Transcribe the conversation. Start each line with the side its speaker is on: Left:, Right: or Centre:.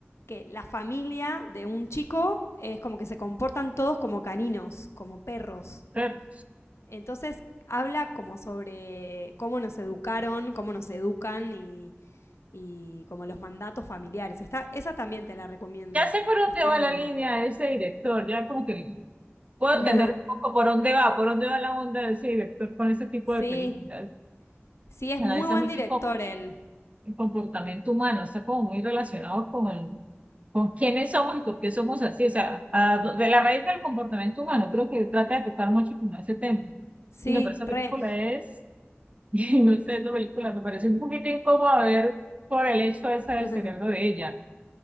Left: que la familia de un chico es como que se comportan todos como caninos, como perros.
Right: Pero,
Left: Entonces habla como sobre cómo nos educaron, cómo nos educan y, y como los mandatos familiares. Está, esa también te la recomiendo.
Right: ya sé por dónde
Left: Está
Right: va
Left: muy
Right: la línea de ese director, ya como que puedo
Left: buena.
Right: entender un poco por dónde va, por dónde va la onda de ese director con ese tipo
Left: <laughs>
Right: de películas.
Left: sí, sí, es
Right: Analiza
Left: muy buen
Right: mucho
Left: director él.
Right: el comportamiento humano, está como muy relacionado con, con quiénes somos y por qué somos así, o sea, a- de la raíz del comportamiento humano, creo que trata de tocar mucho con ese tema.
Left: Sí,
Right: Y no, pero esa
Left: re.
Right: película es, <laughs> y no sé, esta película me parece un poquito incómodo ver por el hecho ese del
Left: <laughs>
Right: cerebro de ella,